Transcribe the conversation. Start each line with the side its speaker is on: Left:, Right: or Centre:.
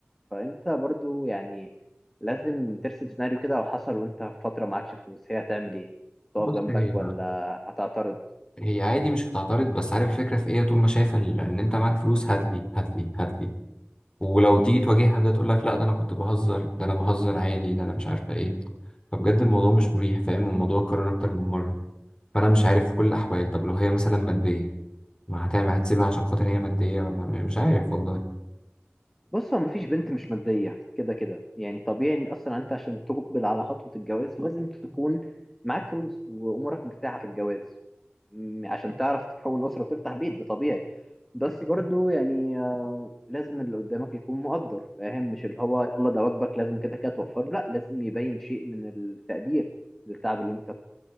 Centre: فانت برضو يعني لازم ترسم سيناريو كده لو حصل وانت في فترة معكش فلوس هي هتعمل ايه تقف
Left: بص
Centre: جنبك
Left: هي
Centre: ولا هتعترض
Left: هي عادي مش هتعترض بس عارف الفكرة في ايه طول ما شايفة ال- ان انت معاك فلوس هاتلي هاتلي هاتلي ولو تيجي تواجهها ده تقول لك لا ده انا كنت بهزر ده انا بهزر عادي ده انا مش عارفة ايه فبجد الموضوع مش مريح فاهم الموضوع اتكرر اكتر من مرة فانا مش عارف في كل الاحوال طب لو هي مثلا مادية ما هتعمل هتسيبها عشان خاطر هي مادية ولا مش عارف والله
Centre: بص هو مفيش بنت مش مادية كده كده يعني طبيعي ان اصلا انت عشان تقبل على خطوة الجواز لازم تكون معاك فلوس وامورك مرتاحة في الجواز م- عشان تعرف تكون أسرة وتفتح بيت ده طبيعي بس برضو يعني آه، لازم اللي قدامك يكون مقدر فاهم مش اللي هو يلا ده واجبك لازم كده كده توفره لا لازم يبين شيء من التقدير للتعب اللي انت بت-